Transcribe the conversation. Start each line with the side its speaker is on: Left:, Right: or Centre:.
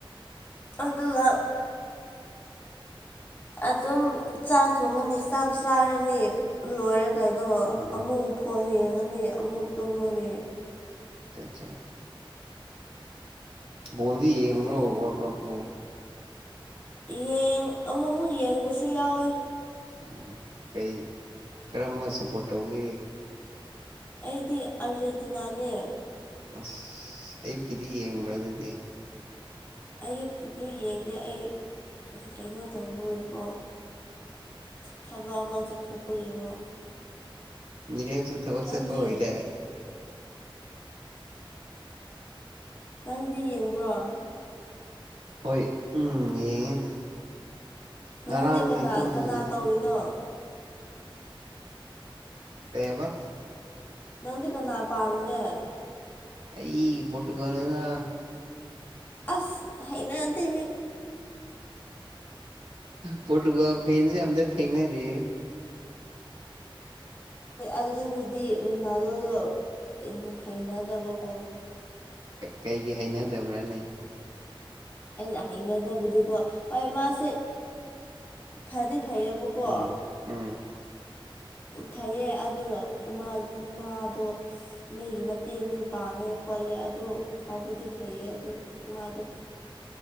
Left: ꯑꯗꯨꯒ ꯑꯗꯨꯝ ꯆꯥꯛ ꯊꯣꯡꯉꯅꯤ ꯆꯥꯛ ꯆꯥꯔꯅꯤ ꯂꯣꯏꯔꯒ ꯀꯥꯏꯗꯣ
Right: ꯎꯝ
Left: ꯑꯃꯨꯛ ꯐꯣꯟ ꯌꯦꯡꯉꯅꯤ ꯑꯃꯨꯛ ꯇꯨꯝꯃꯅꯤ
Right: ꯆꯥ ꯕꯣꯜ ꯗꯤ ꯌꯦꯡ
Left: ꯑꯗꯨꯝ
Right: ꯕꯔꯣ ꯋꯥꯔ ꯀꯞꯕꯨ
Left: ꯌꯦꯡ ꯑꯃꯨꯛ ꯑꯃꯨꯛ ꯌꯦꯡꯕꯁꯨ ꯌꯥꯎꯋꯦ
Right: ꯎꯝ ꯀꯩ ꯀꯔꯝꯕ ꯁꯞꯄꯣꯔꯠ ꯇꯧꯒꯦ
Left: ꯑꯩꯗꯤ ꯑꯥꯔꯖꯦꯟꯇꯤꯅꯥꯅꯦ
Right: ꯑꯁ ꯑꯌꯨꯛꯀꯤꯗꯤ ꯌꯦꯡꯕ꯭ꯔꯥ ꯑꯗꯨꯗꯤ
Left: ꯑꯌꯨꯛꯀꯤꯗꯨ ꯌꯦꯡꯗꯦ ꯑꯩ ꯀꯩꯅꯣ ꯇꯧꯈꯣꯏꯀꯣ ꯊꯕꯛ ꯑꯃ ꯆꯠꯊꯣꯛꯄꯒꯤꯕꯣ
Right: ꯔꯦꯝꯦꯝꯁꯨ ꯊꯕꯛ
Left: ꯅꯪꯗꯤ
Right: ꯆꯠꯄ ꯑꯣꯏꯔꯦ
Left: ꯅꯪꯗꯤ ꯌꯦꯡꯕ꯭ꯔꯣ
Right: ꯍꯣꯏ ꯎꯝ ꯌꯦꯡꯉꯦ ꯉꯔꯥꯡꯗꯒꯤ
Left: ꯅꯪꯗꯤ ꯀꯅꯥ
Right: ꯇꯨꯝꯗ꯭ꯔꯤꯗ
Left: ꯀꯅꯥ ꯇꯧꯔꯤꯅꯣ
Right: ꯀꯩ ꯍꯥꯏꯦꯕ
Left: ꯅꯪꯗꯤ ꯀꯅꯥ ꯄꯥꯝꯒ
Right: ꯑꯩ ꯄꯣꯇꯨꯒꯜꯅꯤꯗ
Left: ꯑꯁ ꯍꯥꯏꯅꯗꯦ
Right: ꯐꯣ ꯇꯨꯒ ꯐꯦꯟꯁꯦ ꯑꯗ ꯊꯦꯡꯅꯗꯤ <inaudible>
Left: ꯑꯗꯨꯕꯨꯗꯤꯍꯥꯗꯣꯗꯣ ꯍꯩꯅꯗꯕꯀꯣ
Right: ꯀꯩꯒꯤ ꯍꯩꯅꯗꯕ꯭ꯔꯅꯤ
Left: ꯑꯩꯅ ꯍꯥꯏꯩꯅꯗꯕꯗꯤꯀꯣ ꯍꯣꯏ ꯃꯥꯁꯦ ꯐꯗꯤ ꯐꯩꯌꯦꯕꯀꯣ
Right: ꯎꯝ ꯎꯝ
Left: ꯐꯩꯌꯦ ꯑꯗꯨꯒ ꯃꯥꯗꯣ ꯃꯤꯒꯤ ꯃꯇꯦꯡꯁꯨ ꯄꯥꯡꯉꯦ ꯈꯣꯜꯂꯦ ꯑꯗꯣ ꯐꯕꯨꯗꯤ ꯐꯩꯌꯦ ꯑꯗ ꯃꯥꯗꯣ